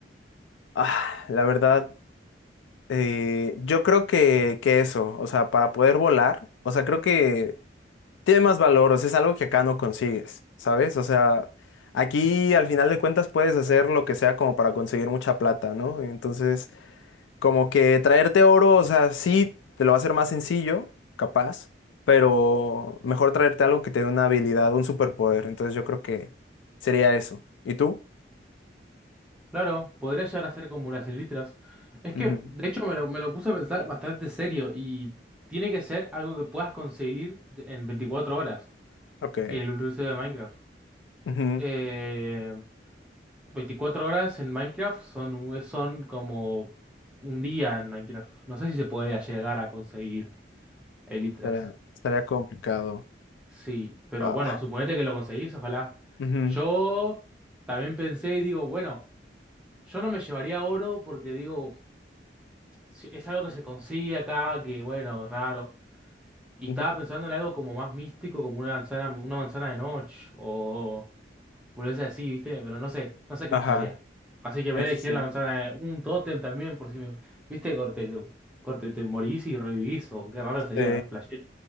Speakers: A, on the left; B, in the centre.
A: Ah, la verdad. Eh, yo creo que, que eso, o sea, para poder volar, o sea, creo que tiene más valor, o sea, es algo que acá no consigues, ¿sabes? O sea, aquí al final de cuentas puedes hacer lo que sea como para conseguir mucha plata, ¿no? Entonces, como que traerte oro, o sea, sí, te lo va a hacer más sencillo, capaz, pero mejor traerte algo que te dé una habilidad, un superpoder, entonces yo creo que sería eso. ¿Y tú?
B: Claro, podrías llegar a ser como las elitras. Es que,
A: Ujú,
B: de hecho, me lo, me lo puse a pensar bastante serio y tiene que ser algo que puedas conseguir de- en 24 horas
A: Ok.
B: en el universo de Minecraft.
A: Ujú,
B: Eh, 24 horas en Minecraft son, un- son como un día en Minecraft. No sé si se podría llegar a conseguir. Elitras.
A: Estaría, estaría complicado.
B: Sí, pero
A: Ah,
B: bueno, suponete que lo conseguís, ojalá.
A: ujú.
B: Yo también pensé y digo, bueno, yo no me llevaría oro porque digo, si- es algo que se consigue acá, que bueno, raro. Y
A: Ujú.
B: estaba pensando en algo como más místico, como una manzana, una manzana de noche o volverse así, ¿viste? Pero no sé, no sé qué
A: Ajá,
B: me llevaría. Así que voy
A: sí,
B: a elegir
A: sí, sí,
B: la manzana de un tótem también por si me, ¿viste? Corte, te- corte, te morís y revivís o qué raro sería,
A: sí,
B: ¿no? Flashero.